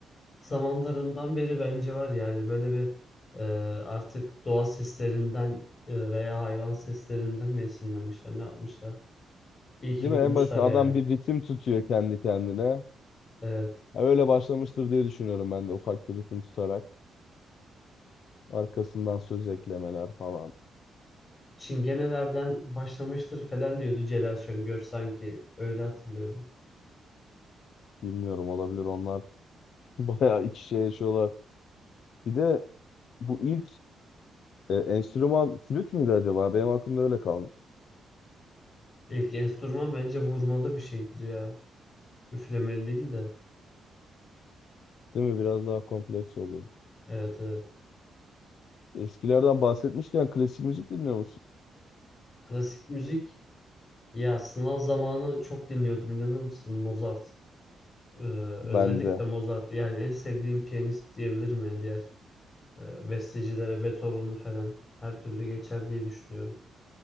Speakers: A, on the left; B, on the left.
A: zamanlarından beri bence var yani böyle bir e, artık doğa seslerinden e, veya hayvan seslerinden mi esinlenmişler ne yapmışlar? İyi
B: Değil
A: ki bulmuşlar
B: mi? En basit adam
A: yani.
B: bir ritim tutuyor kendi kendine.
A: Evet.
B: Ha, öyle başlamıştır diye düşünüyorum ben de ufak bir ritim tutarak. Arkasından söz eklemeler falan.
A: Çingenelerden başlamıştır falan diyordu Celal Şengör sanki. Öyle hatırlıyorum.
B: Bilmiyorum olabilir onlar. <laughs> Bayağı iç içe yaşıyorlar. Bir de bu ilk e, enstrüman flüt müydü acaba? Benim aklımda öyle kalmış.
A: İlk enstrüman bence vurmalı bir şeydir ya. Üflemeli değil de.
B: Değil mi? Biraz daha kompleks oluyor.
A: Evet evet.
B: Eskilerden bahsetmişken klasik müzik dinliyor musun?
A: Klasik müzik ya sınav zamanı çok dinliyordum inanır mısın Mozart. Ee,
B: Ben
A: özellikle
B: de.
A: Mozart yani en sevdiğim piyanist diyebilirim yani diğer e, bestecilere Beethoven'ı falan her türlü geçer diye düşünüyorum.